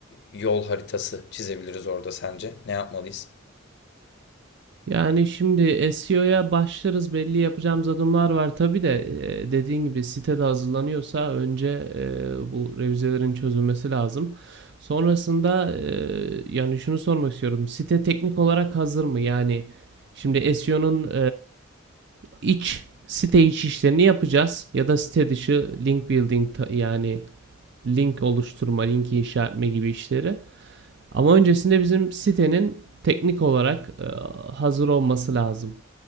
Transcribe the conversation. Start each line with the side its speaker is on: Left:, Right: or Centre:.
Left: yol haritası çizebiliriz orada sence? Ne yapmalıyız?
Right: Yani şimdi SEO'ya başlarız belli yapacağımız adımlar var. Tabii de e, dediğin gibi sitede hazırlanıyorsa önce e, bu revizelerin çözülmesi lazım. Sonrasında e, yani şunu sormak istiyorum. Site teknik olarak hazır mı? Yani şimdi SEO'nun... iç site içi işlerini yapacağız. Ya da site dışı link building yani link oluşturma, link inşa etme gibi işleri. Ama öncesinde bizim sitenin teknik olarak e, hazır olması lazım.